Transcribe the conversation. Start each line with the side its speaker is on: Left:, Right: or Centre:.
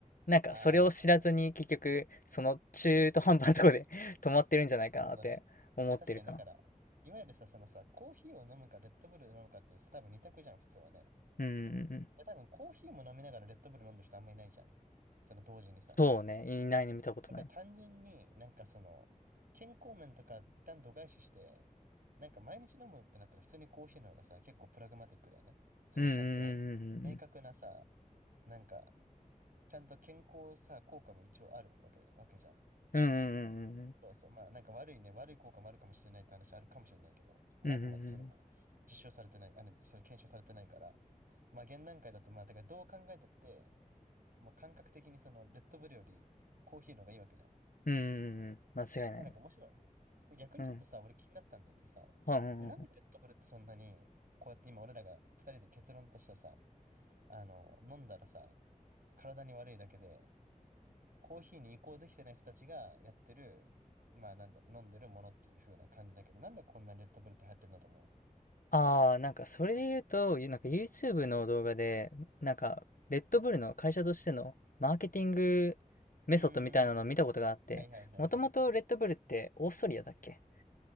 Left: なんかそれを知らずに結局、
Right: ああ、
Left: その中途半端なとこで <laughs> 止まってるんじゃないかなって思ってるかな。
Right: なるほどね。あ確かにだから、いわゆるさ、そのさ、コーヒーを飲むかレッドブルを飲むかってさ多分二択じゃん、普通はね。
Left: うんうんうんうん。
Right: で多分コーヒーも飲みながらレッドブル飲んでる人あんまいないじゃん。その同時にさ。
Left: そうね。いないね、見たことない。
Right: なんか単純になんかその、健康面とか一旦度外視して、なんか毎日飲むってなったら普通にコーヒーの方がさ、結構プラグマティックだよね。すごいちゃんと明確なさ、
Left: うんうんうんうんうんうん。
Right: なんかちゃんと健康さ、効果も一応あるわけだ、わけじゃん。
Left: うんうんうんうんうん。
Right: そうそう。まあなんか悪いね、悪い効果もあるかもしれないって話あるかもしれないけど、まああくまでそれは実証されてない、
Left: うんうん
Right: あの、それ検証されてないから、まあ現段階だとまあ、だからどう考えたって、まあ感覚的にそのレッドブルよりコーヒーの方がいいわけじゃん。
Left: うんうん。間違いないね。
Right: でなんか面白いよね。で、逆にちょっとさ、
Left: うん。
Right: 俺気になったんだけどさ、
Left: はんはんはんはん。
Right: で、なんでレッドブルってそんなに、こうやって今俺らが二人で結論としてさ、あの、飲んだらさ、体に悪いだけで、コーヒーに移行できてない人たちがやってる、まあなんだろう、飲んでるものっていう風な感じだけど、なんでこんなにレッドブルって流行ってるんだと思
Left: ああ、なんかそれで言うと、ゆなんか YouTube の動画で、なんか、レッドブルの会社としてのマーケティングメソッドみたいなのを見たことがあって、
Right: ううーん。はいはいはいはい。
Left: もともとレッドブルってオーストリアだっけ